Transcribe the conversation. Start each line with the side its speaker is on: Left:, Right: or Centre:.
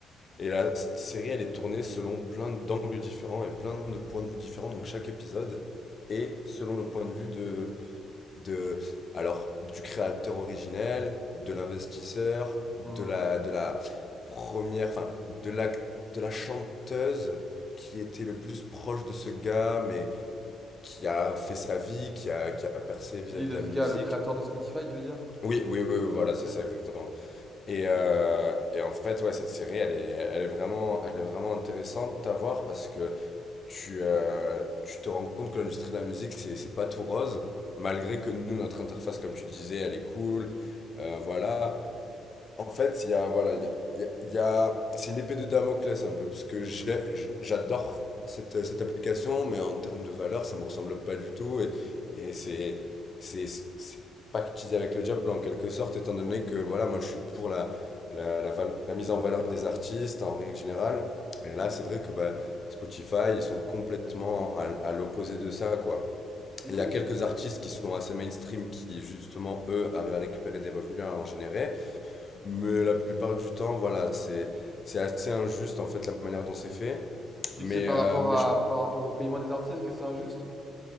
Left: et la série elle est tournée selon plein d'angles différents et plein de points de vue différents donc chaque épisode est selon le point de vue de de alors du créateur originel, de l'investisseur, de
Centre: mhm.
Left: la de la première, enfin de la de la chanteuse qui était le plus proche de ce gars, mais qui a fait sa vie, qui a qui a percé
Centre: Tu
Left: vis-à-vis
Centre: dis de
Left: de la
Centre: ce
Left: musique.
Centre: gars, le créateur de Spotify, tu veux dire?
Left: Oui, oui, oui, oui, voilà,
Centre: Ok.
Left: c'est ça exactement. Et, euh, et en fait, ouais, cette série, elle est, elle est vraiment, elle est vraiment intéressante à voir parce que tu, euh, tu te rends compte que l'industrie de la musique, c'est, c'est pas tout rose, malgré que nous, notre interface, comme tu disais, elle est cool. euh, voilà, en fait, il y a, voilà, il y a, il y a- il y a- c'est une épée de Damoclès un peu, parce que j'ai- j'- j'adore cette, cette application, mais en termes de valeur, ça me ressemble pas du tout, et, et c'est, c'est, c'est pactisé avec le diable en quelque sorte, étant donné
Centre: Pour...
Left: que, voilà, moi je suis pour la, la, la, val- la mise en valeur des artistes en règle générale, et là, c'est vrai que bah, Spotify, ils sont complètement à, à l'opposé de ça, quoi.
Centre: Qu'est-ce
Left: Il y a quelques
Centre: qui-
Left: artistes qui sont assez mainstream qui, justement, eux, arrivent à récupérer des revenus à en générer. Mais la plupart du temps, voilà, c'est c'est assez injuste en fait la manière dont c'est fait.
Centre: Tu dis
Left: Mais,
Centre: que c'est par
Left: euh,
Centre: rapport
Left: mais
Centre: à
Left: je-
Centre: par rapport au paiement des artistes que c'est injuste?